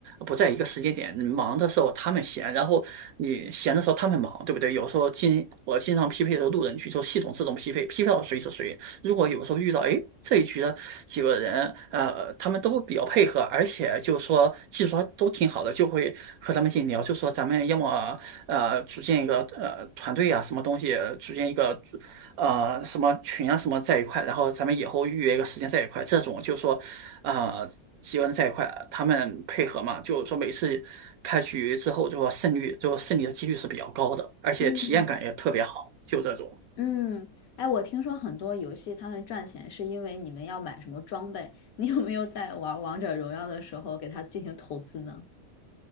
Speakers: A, on the right; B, on the left.
A: 不在一个时间点，你忙的时候他们闲，然后你闲的时候他们忙，对不对？有时候经我经常匹配的路人局，就系统自动匹配，匹配到谁是谁。如果有时候遇到，哎，这一局的几个人，呃，他们都比较配合，而且就说技术都挺好的，就会和他们进行聊，就说咱们要么呃组建一个呃团队啊，什么东西，组建一个呃什么群啊，什么在一块，然后咱们以后预约一个时间在一块，这种就说呃几个人在一块，他们配合嘛，就是说每次开局之后，就说胜率，就说胜利的几率是比较高的，而且体验感也特别好，
B: 嗯，
A: 就这种。
B: 嗯，哎，我听说很多游戏他们赚钱是因为你们要买什么装备，你有没有在玩王者荣耀的时候给它进行投资呢？